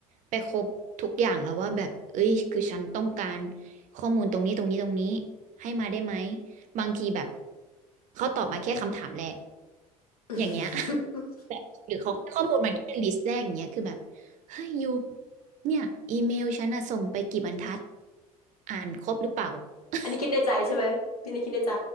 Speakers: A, on the right; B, on the left.
A: ไปครบทุกอย่างแล้วว่าแบบเอ้ยคือฉันต้องการข้อมูลตรงนี้ตรงนี้ตรงนี้ให้มาได้ไหมบางทีแบบเขาตอบมาแค่คำถามแรก
B: <laughs>
A: อย่างเงี้ย <laughs> หรือเขาให้ข้อมูลมาแค่ลิสต์แรกอย่างเงี้ยคือแบบเฮ้ยยูเนี่ยอีเมลฉันอะส่งไปกี่บรรทัดอ่านครบหรือเปล่า <laughs>
B: อันนี้คิดในใจใช่ไหมพี่นี่คิดในใจ